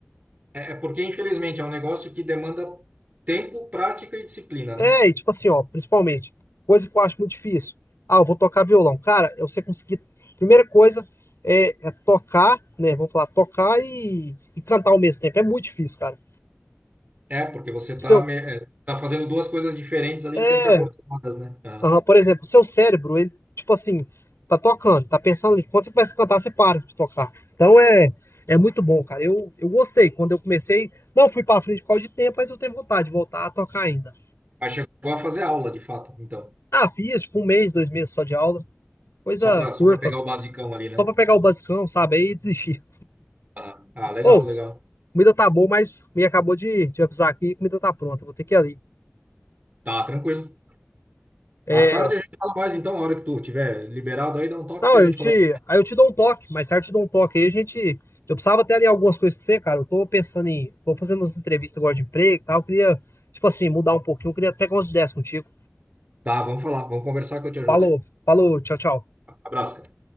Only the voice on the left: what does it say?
É,
e tipo assim, ó, principalmente, coisa que eu acho muito difícil. Ah, eu vou tocar violão. Cara, é você conseguir. Primeira coisa é, é tocar, né? Vamos falar, tocar e, e cantar ao mesmo tempo. É muito difícil, cara.
O Seu,
é,
aham, por exemplo, o seu cérebro, ele, tipo assim, tá tocando, tá pensando ali. Quando você começa a cantar, você para de tocar. Então é, é muito bom, cara. Eu, eu gostei. Quando eu comecei, não fui pra frente por causa de tempo, mas eu tenho vontade de voltar a tocar ainda.
Ah, fiz, tipo, um mês, dois meses só de aula. Coisa
curta.
só pra pegar o basicão, sabe? Aí desistir.
Ou, oh,
comida tá boa, mas me acabou de te avisar aqui, comida tá pronta, vou ter que ir ali.
É,
não,
eu
te,
aí eu te dou um toque, mais tarde eu te dou um toque. Aí a gente, eu precisava até ali algumas coisas com você, cara. Eu tô pensando em, tô fazendo umas entrevistas agora de emprego e tal, eu queria, tipo assim, mudar um pouquinho, eu queria pegar umas ideias contigo.
Falou,
falou, tchau, tchau.